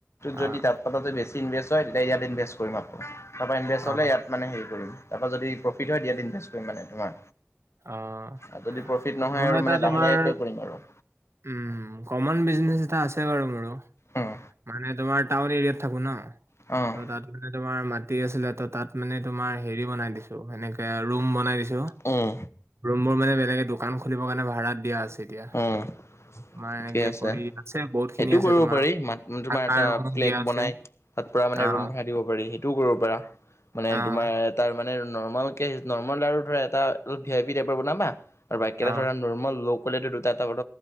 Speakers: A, on the right (about 75°); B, on the left (about 85°).
A: অ',
B: যদি তাত তাত যদি বেছি ইনভেষ্ট হয়, তেতিয়া ইয়াত ইনভেষ্ট কৰিম আকৌ তাৰপা ইনভেষ্ট
A: অ',
B: হ'লে ইয়াত মানে হেৰি কৰিম। তাৰপৰা যদি প্ৰফিট হয়, ইয়াত ইনভেষ্ট কৰিম মানে তোমাৰ।
A: অ',
B: আৰ যদি প্ৰফিট নহয়
A: মোৰ
B: আৰু
A: এটা
B: মানে লাহে
A: তোমাৰ
B: লাহেকে কৰিম আৰু।
A: উম, কমন বিজনেচ এটা আছে বাৰু মোৰো।
B: উম
A: মানে তোমাৰ টাউন এৰিয়াত থাকোঁ ন'।
B: অ'।
A: ত' তাত মানে তোমাৰ মাটি আছিলে ত' তাত মানে তোমাৰ হেৰি বনাই দিছোঁ সেনেকে ৰুম বনাই দিছোঁ।
B: উম।
A: ৰুমবোৰ মানে বেলেগে দোকান খুলিবৰ কাৰণে ভাড়াত দিয়া আছে এতিয়া।
B: উম
A: তোমাৰ এনেকে
B: ঠিকে আছে
A: কৰি, আছে বহুতখিনি
B: সেইটোও
A: আছে,
B: কৰিব
A: তোমাৰ
B: পাৰি ম তোমাৰ
A: থাকাৰ
B: এটা
A: ৰুম
B: ফ্লেগ
A: দিয়া
B: বনাই
A: আছে।
B: তাত পুৰা মানে
A: অ',
B: ৰুম ভাড়াই দিব পাৰি সেইটোও কৰিব পাৰা মানে
A: অ',
B: তোমাৰ তাৰমানে নৰ্মলকে নৰ্মল লাৰু ধৰা এটা অলপ ভি আই পি টাইপৰ বনাবা আৰু বাকিকেইটা
A: অ',
B: ধৰা নৰ্মেল ল' কলেটিৰ দুটাটা